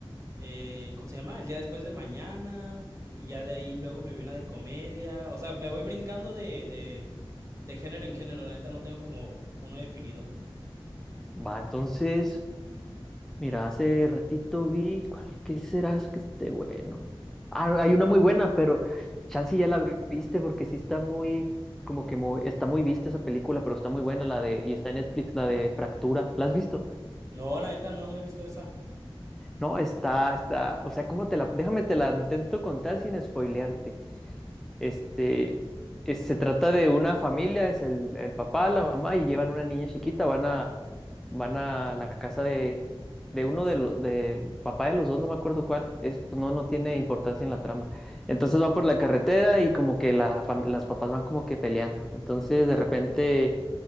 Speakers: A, on the right (about 30°); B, in the centre.
A: eh, ¿cómo se llama? El día después de mañana. Y ya de ahí luego me vi una de comedia. O sea, me voy brincando de, de, de género en género. La neta no tengo como uno definido.
B: Va, entonces, mira, hace ratito vi, ¿cuál que será que esté bueno? Ah, no, hay una muy buena, pero chance ya la viste porque sí está muy, como que muy, está muy vista esa película, pero está muy buena la de, y está en Netflix, la de Fractura. ¿La has visto?
A: No, la neta no, no he visto esa.
B: No, está, está, o sea, ¿cómo te la, déjame te la intento contar sin spoilearte. Este, es- se trata de una familia, es el, el papá, la mamá y llevan una niña chiquita, van a, van a la casa de, de uno de los, del papá de los dos, no me acuerdo cuál, es, pues no, no tiene importancia en la trama. Entonces van por la carretera y como que la, fam- las papás van como que peleando. Entonces de repente